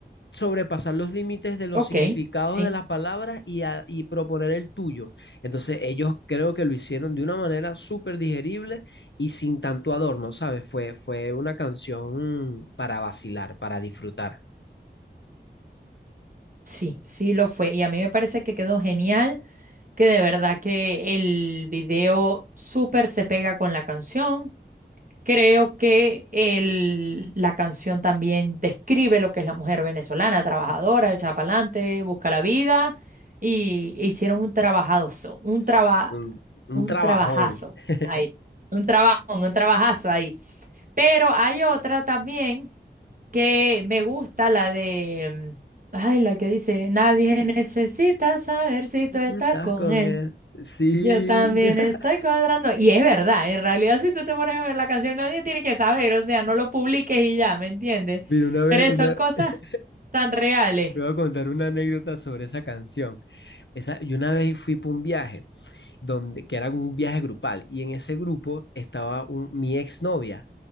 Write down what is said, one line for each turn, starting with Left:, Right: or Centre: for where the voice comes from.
Left: sobrepasar los límites de los
Right: Ok,
Left: significados
Right: sí.
Left: de las palabras y, a- y proponer el tuyo. Entonces ellos creo que lo hicieron de una manera súper digerible y sin tanto adorno, ¿sabes? Fue, fue una canción mm, para vacilar, para disfrutar.
Right: Sí, sí lo fue. Y a mí me parece que quedó genial, que de verdad que el video súper se pega con la canción. Creo que el, la canción también describe lo que es la mujer venezolana, trabajadora, el chapalante, busca la vida. Y hicieron un trabajazo, un
Left: Es
Right: traba,
Left: Un, un
Right: un
Left: trabajón.
Right: trabajazo
Left: <laughs>
Right: ahí. Un trabajo, un trabajazo ahí. Pero hay otra también que me gusta, la de, mm, ay, la que dice, nadie necesita saber si tú
Left: Y
Right: estás
Left: tú estás
Right: con
Left: con
Right: él.
Left: él. Sí.
Right: Yo también
Left: <laughs>
Right: estoy cuadrando. Y es verdad, en realidad si tú te pones a ver la canción, nadie tiene que saber, o sea, no lo publiques y ya, ¿me entiendes?
Left: Mira, una vez,
Right: Pero
Left: una,
Right: son cosas
Left: <laughs>
Right: tan reales.
Left: te voy a contar una anécdota sobre esa canción. Esa, yo una vez fui para un viaje, donde, que era un viaje grupal, y en ese grupo estaba un, mi exnovia,